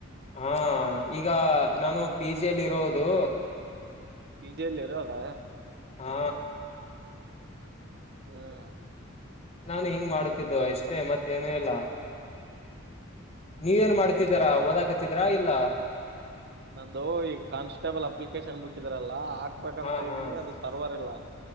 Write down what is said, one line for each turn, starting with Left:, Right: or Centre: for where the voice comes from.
Left: ಹಾ ಈಗ ನಾನು ಪಿ ಜಿ ಅಲ್ಲಿ ಇರೋದು
Right: ಪಿ ಜಿ ಅಲ್ಲಿ ಇರೋದ
Left: ಹಾ
Right: ಹಾ
Left: ನಾನು ಹಿಂಗ್ ಮಾಡುತ್ತಿದ್ದು ಅಷ್ಟೇ ಮತ್ತೇನು ಇಲ್ಲ ನೀವೇನ್ ಮಾಡ್ತಿದ್ದೀರಾ ಓದಾಕ <unintelligible> ಇಲ್ಲ
Right: ನಂದು ಈ ಕಾನ್ಸ್ಟೇಬಲ್ ಅಪ್ಲಿಕೇಶನ್ ಬಿಟ್ಟಿದ್ರಲ್ಲ ಹಾಕ್ಬೇಕಂತ
Left: ಹಾ ಹಾ
Right: ಇದ್ದೀನಿ ಅದು ಸರ್ವರ್ ಇಲ್ಲ